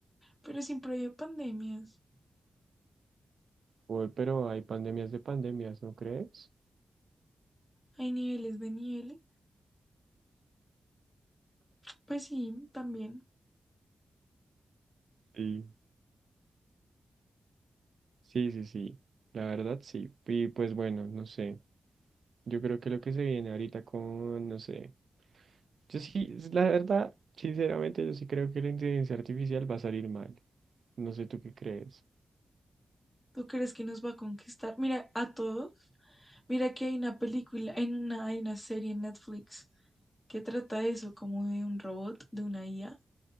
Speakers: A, on the left; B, on the right.
A: pero siempre hay pandemias.
B: Uy, pero hay pandemias de pandemias, ¿no crees?
A: Hay niveles de niveles. Pues sí, también.
B: Sí. Sí, sí, sí, la verdad sí. Y pues bueno, no sé. Yo creo que lo que se viene ahorita con, no sé. Yo sí, es la verdad, sinceramente, yo sí creo que la inteligencia artificial va a salir mal. No sé tú qué crees.
A: ¿Tú crees que nos va a conquistar? Mira, a todos. Mira que hay una película, en una, hay una serie en Netflix que trata de eso, como de un robot, de una IA